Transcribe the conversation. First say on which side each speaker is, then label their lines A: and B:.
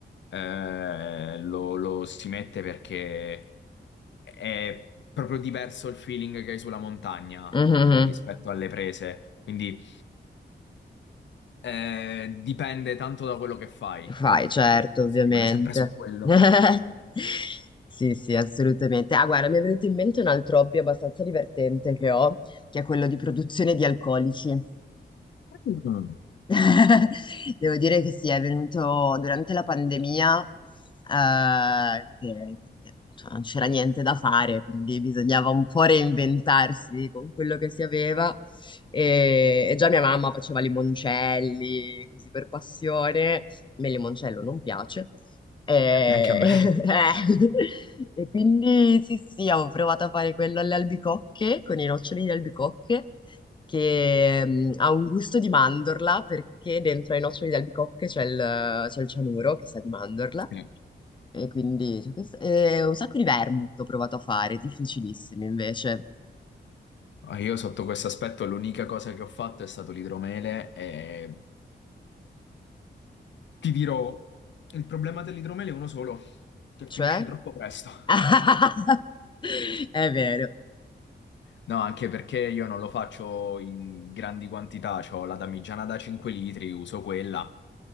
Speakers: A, on the left (about 90°); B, on the left (about 25°).
A: eh, lo, lo si mette perché è proprio diverso il feeling che hai sulla montagna
B: Mhm.
A: eh, rispetto alle prese. Quindi eh, dipende tanto da quello che fai.
B: Fai,
A: Eh,
B: certo,
A: il discorso
B: ovviamente.
A: rimane sempre su quello.
B: <laughs> Sì, sì, assolutamente. Ah, guarda, mi è venuto in mente un altro hobby abbastanza divertente che ho, che è quello di produzione di alcolici.
A: Mm.
B: <laughs> Devo dire che sì, è venuto durante la pandemia, eh, che, che- che appunto non c'era niente da fare, quindi bisognava un po' reinventarsi con quello che si aveva. E, e già mia mamma faceva limoncelli, così per passione. A me il limoncello non piace. E,
A: Neanche a me.
B: <laughs> eh, e quindi sì, sì, avevo provato a fare quello alle albicocche, con i noccioli di albicocche che mh, ha un gusto di mandorla perché dentro ai noccioli di albicocche c'è il, c'è il cianuro che sa di mandorla
A: Sì.
B: e quindi c'è questo- e un sacco di vermouth ho provato a fare, difficilissimi invece.
A: Ah, Io sotto questo aspetto l'unica cosa che ho fatto è stato l'idromele e ti dirò, il problema dell'idromele è uno solo, che
B: Cioè?
A: finisce troppo presto.
B: <laughs> È vero.
A: No, anche perché io non lo faccio in grandi quantità, ho la damigiana da 5 litri, uso quella